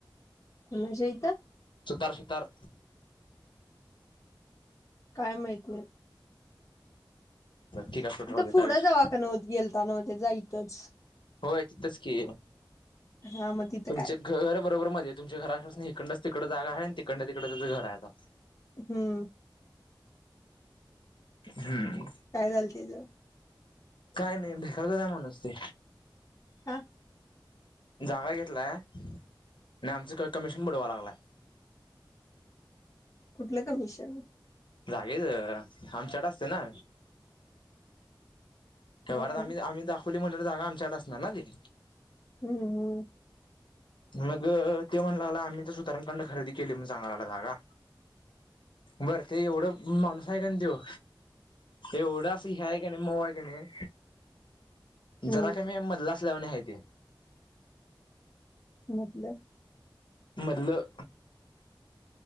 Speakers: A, on the left; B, on the left.
A: कुणाच्या इथं
B: सुतार सुतार
A: काय माहीत नाही
B: ठीक
A: तिथे
B: आहे सुट राहू दे
A: पुढं
B: काय विषय
A: दवाखाना गेलता नव्ह त्याचा, तच
B: होय तिथंच की
A: हा मग तिथं
B: तुमच्या
A: काय
B: घर बरोबर मध्ये तुमच्या घरा घरापासन हीकंडच तिकड जागा आहे तिकडं तिकड त्याचं घर आहे आता.
A: हम्म.
B: हम्म.
A: काय झालं तेज?
B: काय नाही भिकार चोट आहे माणूस ते.
A: का?
B: जागा घेतलाय आणि आमचं क कमिशन बुडवाय लागलाय.
A: कुठलं कमिशन?
B: जागेच आमच्याड असते ना. व्यवहारात
A: होय
B: आम्ही आम्ही दाखवली म्हणून जागा आमच्याड असणार ना ती.
A: हम्म हम्म.
B: मग त्यो म्हणाय लागला आम्ही ते सुतारां कंड खरेदी केली म्हणून सांगायला लागला बर ते एवढं माणूस आहे का नाही तो ते एवढं असं हे आहे का नाही मऊ आहे का नाही. जरा
A: हम्म
B: कमी मधला असल्यावाणी हाय ते.
A: मतलब?
B: मदल